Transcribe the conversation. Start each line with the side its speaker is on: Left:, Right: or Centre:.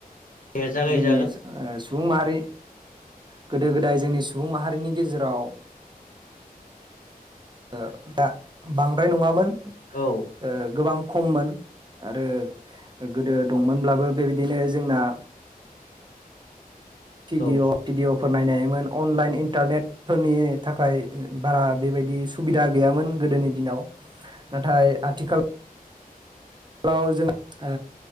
Left: दे जागायजागोन
Right: जोंनि सुबुं माहारि गोदो गोदाय जोंनि सुबुं माहारिनि गेजेराव ओ दा बांद्राय नङामोन।
Left: औ
Right: ओ गोबां खममोन आरो गोदो दंमोनब्लाबो बेबायदिनो जोंना भिडअ
Left: औ
Right: भिडिअफोर नायनाय मोन अनलाइन इन्टारनेटफोरनि थाखाय बारा बेबायदि सुबिदा गैयामोन गोदोनि दिनाव नाथाय आथिखाल लाव जों ओ